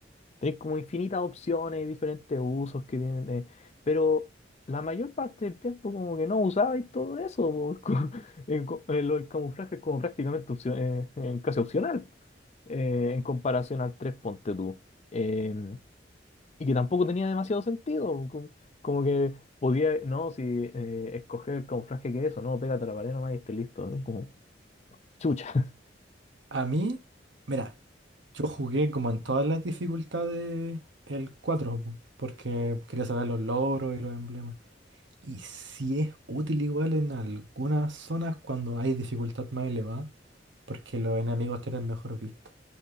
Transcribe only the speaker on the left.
Tenés como infinitas opciones y diferentes usos que tienen, eh, pero la mayor parte del tiempo como que no usabais todo eso, po, es co- <laughs> en co- eh, lo del camuflaje es como prácticamente opcio- eh, eh, casi opcional eh, en comparación al tres ponte tú. Em, y que tampoco tenía demasiado sentido, co- como, que podía, no, si eh, escoger el camuflaje que es eso, no, pégate a la pared nomás y esté listo, ¿no? Como chucha. <laughs>